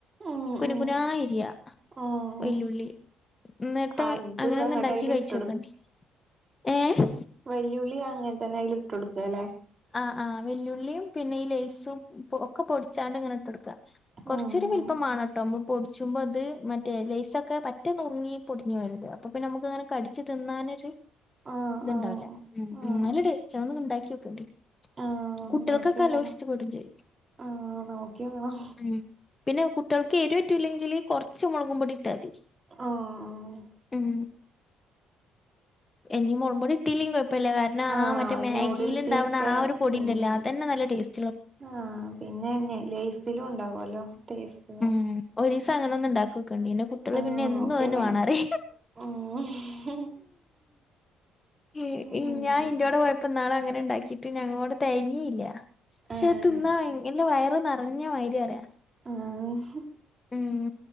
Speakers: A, on the right; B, on the left.
A: ഉം
B: കുന
A: ഉം
B: കുനാ എരിയ
A: ആഹ്
B: വെല്ലുള്ളി ന്നട്ട്
A: അത്
B: അങ്ങനൊന്ന്
A: അങ്ങട്ട്
B: ണ്ടാക്കി
A: അയില്
B: കഴിച്ചോക്കണ്ടി
A: ഇട്ട്
B: ഏഹ്
A: വല്ലുള്ളി അങ്ങൻ തന്നെ അയ്ൽ ഇട്ട് കൊടുക്കല്ലെ
B: ആഹ് ആഹ് വല്ലുള്ളിയും പിന്നെ ഈ ലേസും ഒക്കെ പൊടിച്ചാണ്ട് ങ്ങനെ ഇട്ട്ടുക്ക കൊറച്ചൊരു
A: ആഹ്
B: വില്പ്പമാണ്ണട്ടോ പൊടിച്ചുമ്പോ അത് മറ്റേ ലേസൊക്കെ പറ്റ ന്നുർങ്ങി പൊടിഞ്ഞോരുത് അപ്പൊ പിന്നെ നമുക്ക് അങ്ങനെ കടിച്ച് തിന്നാനൊരു തിന്നൻൊരു
A: ആഹ്
B: ഇത്ണ്ടാവില്ല
A: ആഹ് ആഹ്
B: ഉം നല്ല ടേസ്റ്റ് ഒന്ന്ങ്ങള് ണ്ടാക്ക്യോക്കണ്ടി
A: ആഹ്
B: കുട്ടിൾക്കൊക്കല്ലോം
A: നോക്കിയോക്കണം
B: ഇ്ടപ്പെടും ചെയ്യും
A: ആഹ് നോക്കിയോക്കണം
B: ഉം പിന്നെ കുട്ടിൾക്ക് എരുവറ്റുല്ലെങ്കില് കൊറച്ച് മുളകും പൊടി ഇട്ടാതി
A: ആഹ്
B: ഉം ഇനി മുഴ്പോടി ഇട്ടിലിം കുഴപ്പല്ല കാരണം
A: ആഹ്
B: ആ മറ്റേ മാഗിൽ
A: നൂഡിൽസിലൊക്കെ
B: ഇണ്ടാവുന്ന ആ ഒരു പൊടി
A: ഉം
B: ഉണ്ടല്ലേ അതന്നെ നല്ല ടേസ്റ്റ്
A: ആഹ് പിന്നെന്നെ ലേസിലും ഉണ്ടാാവല്ലോ ടേസ്റ്റ്ർ
B: ഉം ഒരീസം അങ്ങനൊന്ന് ഉണ്ടാക്കൊക്കെണ്ടി നെകു ട്ടിള്
A: ആഹ്
B: പിന്നെ എന്നും
A: നോക്കിയോക്കണം
B: അഹ്ന്നെ വേണോറി
A: ഉം
B: ഏഹ്
A: ഉം
B: ഇൻ ഞൻ ഇന്റോടെ പോയപ്പോ ന്നാള് അങ്ങനെ ണ്ടാക്കിട്ട് ഞങ്ങോട് തയിഞ്ഞില്ല ക്ഷെ
A: ആഹ്
B: തിന്നാ വൈ എന്റെ വയറ് നിറഞ്ഞ മായിരി അറിയ
A: ആഹ്
B: ഉം